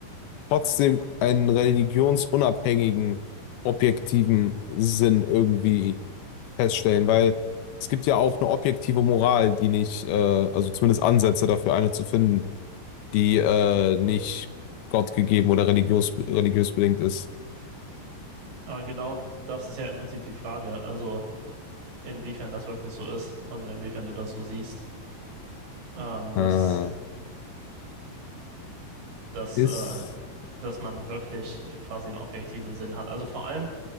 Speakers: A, on the left (about 75°); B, on the right (about 85°).
A: trotzdem einen religionsunabhängigen, objektiven Sinn irgendwie feststellen, weil es gibt ja auch eine objektive Moral, die nicht, äh, also zumindest Ansätze dafür, eine zu finden, die äh, nicht gottgegeben oder religiös, religiös bedingt ist.
B: Aber genau das ist ja im Prinzip die Frage. Also inwiefern das wirklich so ist und inwiefern du das so siehst, ähm,
A: Äh,
B: dass, dass,
A: ist,
B: äh, dass man wirklich quasi einen objektiven Sinn hat. Also vor allem,